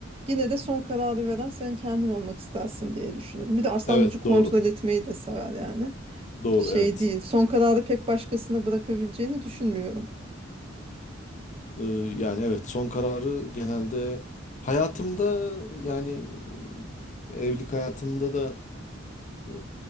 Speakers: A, on the right; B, on the left.
A: yine de son kararı veren sen kendin olmak istersin diye düşünüyorum. Bir de Aslan
B: Evet,
A: Burcu kontrol
B: doğru.
A: etmeyi de sever yani.
B: Doğru,
A: Şey
B: evet.
A: değil. Son kararı pek başkasına bırakabileceğini düşünmüyorum.
B: Ee, yani evet son kararı genelde hayatımda yani e, evlilik hayatımda da e,